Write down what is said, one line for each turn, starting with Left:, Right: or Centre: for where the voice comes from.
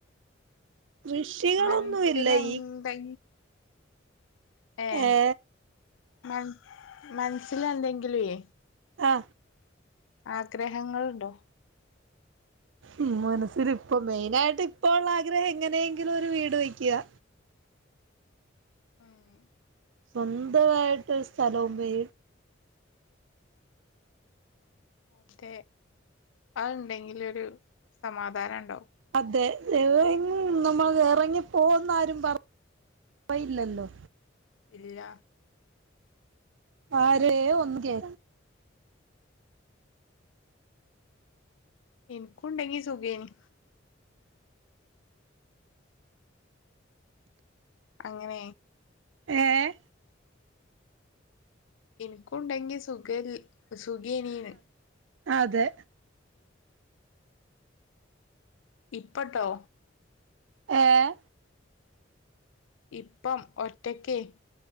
Right: കൃഷികളൊന്നും
Left: മൻസിലന്തെ
Right: ഇല്ല ഈ
Left: ഏഹ്
Right: ഏ
Left: മൻ മനസില് എന്തെങ്കിലുവേ
Right: ഹാ
Left: ആഗ്രഹങ്ങൾ ണ്ടോ?
Right: ഉം മനസ്സിൽ ഇപ്പ മെയിനായിട്ട് ഇപ്പോ ഉള്ള ആഗ്രഹം എങ്ങനെയെങ്കിലും ഒരു വീട് വെക്കാ
Left: ഉം
Right: സ്വന്തവായിട്ട് സ്ഥലവും വീ
Left: ക്കെ. അത് ഉണ്ടെങ്കിലൊരു സമാധാനം ഉണ്ടാവും.
Right: അതെ. <unintelligible> നമ്മള് ഇറങ്ങിപ്പോ എന്നാരും പറ പറയില്ലല്ലോ.
Left: ഇല്ല.
Right: ആരെയും ഒന്ന് കേ
Left: ഇൻക്കും ണ്ടെങ്കി സുഖേനി. അങ്ങനേ
Right: ഏഹ്?
Left: ഇൻക്കുണ്ടെങ്കി സുഖൻ സുഖേനീന്ന്.
Right: അതെ.
Left: ഇപ്പട്ടോ.
Right: ഏഹ്?
Left: ഇപ്പം ഒറ്റക്കെ.